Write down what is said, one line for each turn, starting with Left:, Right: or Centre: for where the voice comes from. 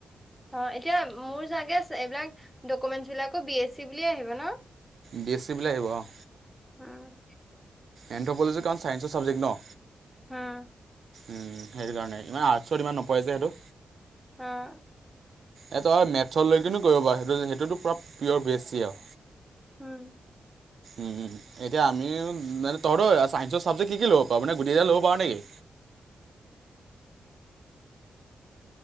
Centre: অ এতিয়া মোৰ চাগে এইবিলাক ডকুমেণ্টচ বিলাকো বি এছ চি বুলিয়েই আহিব ন।
Right: বি এ চি বুলি আহিব অঁ।
Centre: উম
Right: এন্থ্ৰপলজিকখন চাইঞ্চ চাবজেট ন।
Centre: উম
Right: উম, সেইটো কাৰণে আৰ্টছ ইমান নপৰে যে সেইটো।
Centre: অঁ
Right: এ ত‌ই মেথছ লৈকিনো কৰিব পাৰ সেইটো সেইটোতো পৰা পিয়' ভি এছ চি আও।
Centre: উম
Right: উম এতিয়া আমিও মানে- তহঁতৰ ছায়ঞ্চৰ চাবজেক্ট কি ল'ব পাৰ মানে গটেকেইটা ল'ব পাৰ নিকি।